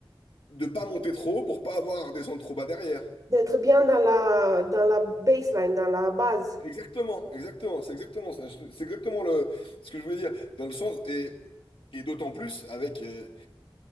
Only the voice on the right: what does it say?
D'être bien dans la, dans la baseline, dans la base.